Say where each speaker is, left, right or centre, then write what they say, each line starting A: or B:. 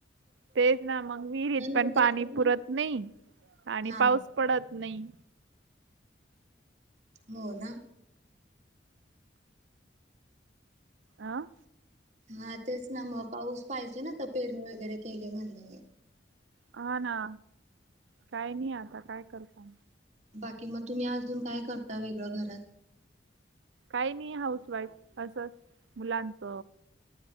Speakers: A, on the right; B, on the right.
A: तेच ना, मग विहिरीत पण
B: होत
A: पाणी
B: असेल
A: पुरत
B: ना
A: नाही आणि
B: हा
A: पाऊस पडत नाही.
B: हो ना.
A: आं?
B: हा तेच ना मग पाऊस पाहिजे ना तर पेरणी वगैरे केलीये म्हणलेवर.
A: हा ना. काही नाही आता काय करता.
B: बाकी मग तुम्ही अजून काय करता वेगळं घरात.
A: काही नाही हाऊस वाईफ असं मुलांच